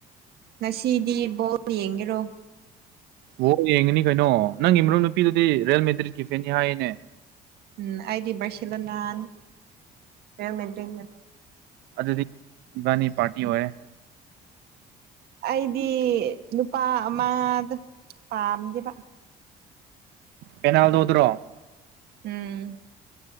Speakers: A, on the right; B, on the right.
A: ꯉꯁꯤꯗꯤ ꯕꯣꯜ ꯌꯦꯡꯒꯦꯔꯣ꯫
B: ꯋꫭ ꯌꯦꯡꯉꯅꯤ ꯀꯩꯅꯣ ꯅꯪꯒꯤ ꯃꯔꯨꯞ ꯅꯨꯄꯤꯗꯨꯗꯤ ꯔꯤꯌꯦꯜ ꯃꯦꯗ꯭ꯔꯤꯠꯀꯤ ꯐꯦꯟꯅꯤ ꯍꯥꯏꯌꯦꯅꯦ꯫
A: ꯎꯝ ꯑꯩꯗꯤ ꯕꯔꯁꯤꯂꫭꯅꯤꯅꯤ꯫ ꯔꯦꯜ ꯃꯦꯗꯔꯤ ꯅ
B: ꯑꯗꯨꯗꯤ ꯏꯕꯥꯅꯤ ꯄꯥꯔꯇꯤ ꯑꯣꯏ꯫
A: ꯑꯥ ꯑꯩꯗꯤ ꯅꯨꯄꯥ ꯑꯃꯗ‌ꯣ ꯄꯥꯝꯗꯦꯕ꯫
B: ꯄꯦꯅꯥꯜꯗꯣ ꯗꯨꯔꯣ?
A: ꯎꯝ꯫